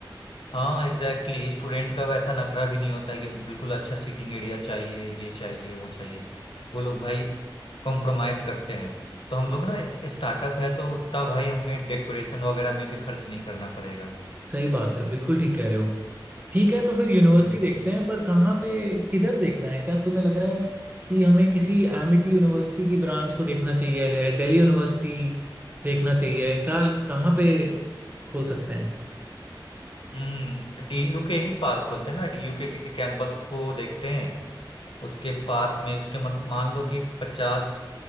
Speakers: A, on the left; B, on the right.
A: हाँ एग्जैक्टली exactly, स्टूडेंट का वैसा नखरा भी नहीं होता है कि बिल्कुल अच्छा सीटिंग एरिया चाहिए ये चाहिए वो चाहिए वो लोग भाई कॉम्प्रोमाइज करते हैं तो हम लोग ना स्टार्टअप है तो उतना भाई हमें डेकोरेशन वगैरह में भी खर्च नहीं करना पड़ेगा
B: सही बात है बिल्कुल ठीक कह रहे हो ठीक है तो फिर यूनिवर्सिटी
A: हम्म
B: देखते हैं पर कहाँ पे किधर देखना है क्या तुम्हें लग रहा है कि हमें किसी एमिटी यूनिवर्सिटी की ब्रांच को देखना चाहिए है दिल्ली यूनिवर्सिटी देखना चाहिए क्या कहाँ पे खोल सकते हैं
A: हम्म डीयू के ही पास खोलते हैं ना डीयू के किसी कैंपस को देखते हैं उसके पास में उसके मत मान लो कि पचास